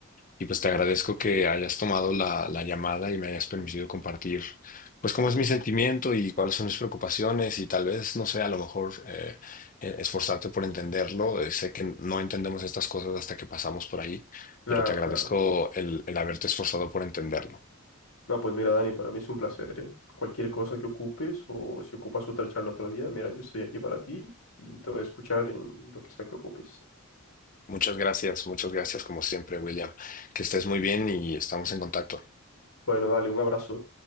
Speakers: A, on the left; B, on the left.
A: y pues te agradezco que hayas tomado la, la llamada y me hayas permitido compartir, pues cómo es mi sentimiento y cuáles son mis preocupaciones y tal vez, no sé, a lo mejor eh, eh, esforzarte por entenderlo. Eh, sé que no entendemos estas cosas hasta que pasamos por ahí,
B: Claro,
A: pero te agradezco
B: claro.
A: el, el haberte esforzado por entenderlo.
B: No, pues mira, Dani, para mí es un placer, ¿eh? Cualquier cosa que ocupes o si ocupas otra charla otro día, mira, yo estoy aquí para ti y te voy a escuchar en lo que sea que ocupes.
A: Muchas gracias, muchas gracias como siempre, William. Que estés muy bien y estamos en contacto.
B: Bueno, dale, un abrazo.